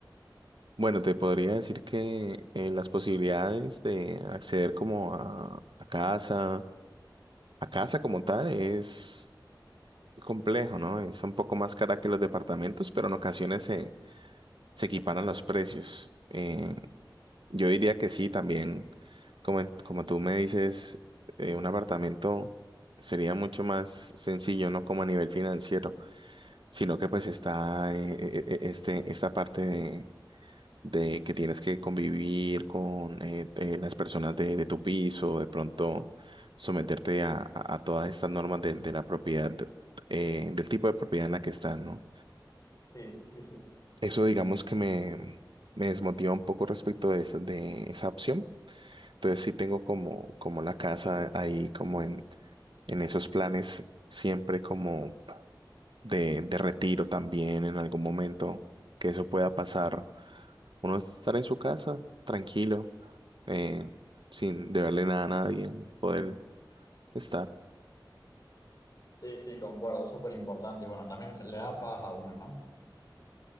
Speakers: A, on the right; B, on the left.
A: Bueno, te podría decir que eh, las posibilidades de acceder como a, a casa, a casa como tal es complejo, ¿no? Es un poco más cara que los departamentos, pero en ocasiones se, se equiparan los precios. Eh, Yo diría que sí, también, como, en- como tú me dices, eh, un apartamento sería mucho más sencillo, no como a nivel financiero, sino que pues está eh, eh, eh, este, esta parte de, de que tienes que convivir con eh, eh, las personas de, de tu piso, de pronto someterte a, a- a todas estas normas de, de la propiedad, de- eh, del tipo de propiedad en la que estás, ¿no?
B: Sí, sí, sí.
A: Eso digamos que me, me desmotiva un poco respecto de esa de esa opción. Entonces sí tengo como, como la casa ahí como en, en esos planes siempre como de, de retiro también en algún momento que eso pueda pasar. Uno estar en su casa tranquilo, eh, sin deberle nada a nadie, poder estar.
B: Sí, sí, concuerdo, súper importante. Y bueno, también le da paz a uno, ¿no?